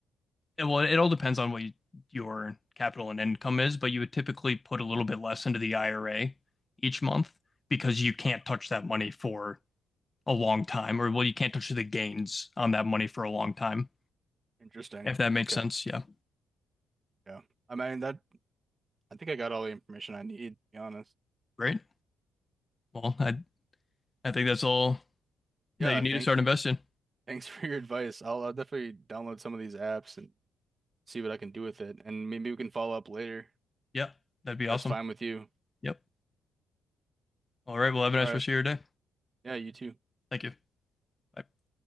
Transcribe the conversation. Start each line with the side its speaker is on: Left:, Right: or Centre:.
Left: well, it all depends on what you, your capital and income is, but you would typically put a little bit less into the IRA each month because you can't touch that money for a long time, or well, you can't touch the gains on that money for a long time,
Right: Interesting.
Left: if that makes
Right: Okay.
Left: sense. Yeah.
Right: Yeah. I mean, that I think I got all the information I need, to be honest.
Left: Great. Well, I I think that's all
Right: Yeah,
Left: that you need
Right: thank
Left: to start investing.
Right: thanks <laughs> for your advice. I'll, I'll definitely download some of these apps and see what I can do with it. And maybe we can follow up later.
Left: Yeah, that'd be awesome.
Right: That's fine with you.
Left: Yep. All right. Well, have a nice
Right: All right.
Left: rest of your day.
Right: Yeah, you too.
Left: Thank you. Bye.